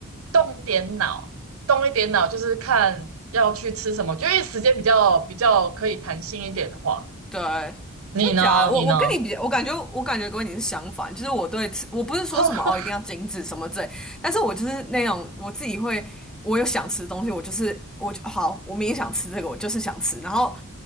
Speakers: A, on the right (about 75°); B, in the centre.
A: 动点脑，动一点脑，就是看要去吃什么，就因为时间比较比较可以弹性一点的话。
B: 对，
A: 你呢？
B: 真假的我我跟你比较我感觉我感觉跟你是相反，
A: 你呢？
B: 就是我对吃，我不是说什么哦，
A: 哦，
B: 一定要精致什么之类，但是我就是那种我自己会，我有想吃的东西，我就是我就好，我明天想吃这个，我就是想吃，然后